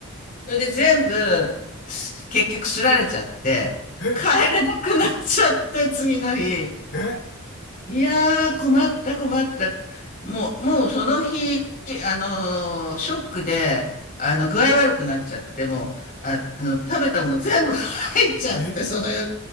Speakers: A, on the left; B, on the left.
A: それで全部、す結局すられちゃって、
B: え、
A: 帰れなくなっちゃって、次の日。
B: え、
A: いやー、困った、困った。もう、もうその日、あのーショックで、あの、具合悪くなっちゃって、もう、あの、食べたもの全部 <laughs> 入っちゃって、
B: え
A: その夜。